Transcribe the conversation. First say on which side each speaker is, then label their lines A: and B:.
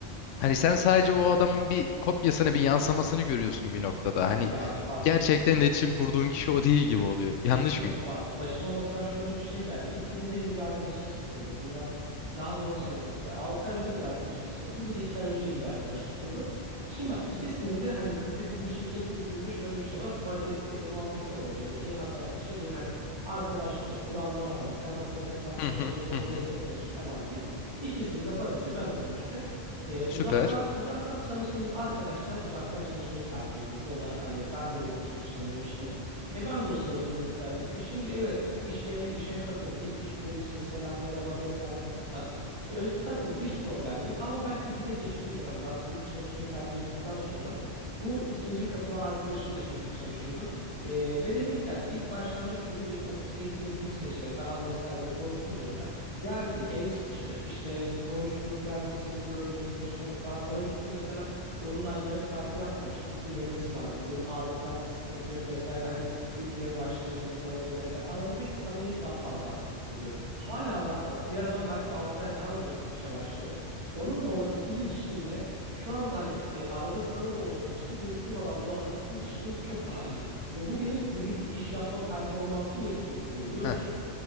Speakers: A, on the left (about 85°); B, on the right (about 20°).
A: Hani sen sadece o adamın bir kopyasını, bir yansımasını görüyorsun bir noktada. Hani
B: Ya bak
A: gerçekten iletişim kurduğun kişi o değil gibi oluyor.
B: Kesinlikle
A: Yanlış mıyım?
B: bak başıma mesela şöyle bir şey geldi. İkimize yeni bir arkadaşımız katıldı. Bundan daha doğrusu yani e, 6 ay önce de bir arkadaşımız katıldı. Bir de 2 ay önce yeni bir arkadaş katıldı. Şimdi bak ikisinin de hani bizde bizim şirket kültürümüzde şöyle bir şey var. Buddy e, muhabbeti oluyor böyle. Yeni atanan kişiye böyle hani arkadaşlık et, kuralları anlat, kafasına takılan
A: Hı
B: bir şey
A: hı
B: olursa ona
A: hı hı.
B: destek olsun falan diye. İkisinin de buddy'si ben oldum işte. E, uzaktan
A: Süper.
B: uzaktan çalıştığımız arkadaş da uzaktan çalışmayı tercih ediyordu. O da hani ben de remote çalışacağım demişti. E ben de o sırada remote'daydım. E şimdi evet iş yerine işe katıldı. İlk iş gününde işte selam, merhaba vesaire. Bak e, katıldık hiç problem yok. Ama ben hibrite geçtiğim dönemde artık hibrit çalışmayı tercih ettikten sonra bu ikinci katılan arkadaşım da hibrit çalışıyordu. E, ve dedim ki hani ilk başlangıç günü benim ofise gittiğim bir gün seçelim falan vesaire diye konuştum önceden. Geldi el sıkıştı. İşte konuştuk geldim seninle bir öğle yemeğine çıkalım falan. Ona gittim mesela onun daha yemek kartı yatmamıştı. Gittim yemek ısmarladım. Dedim adettendir sıkıntı yok vesaire. Hani İlk yeni başladığını bizden olur vesaire. Aramızdaki samimiyet daha fazla arttığını hissediyorum. Hala daha bak diğer adam belki 6 ay daha önce işe başladı. Onunla olan ikili ilişkimle şu anda hani e, arada sırada da olsa ofiste görüştüğüm adamla olan ikili ilişkim çok daha iyi. Ve bu benim birlikte iş yapma performansımı bile çok etkiliyor biliyor
A: Heh.
B: musun?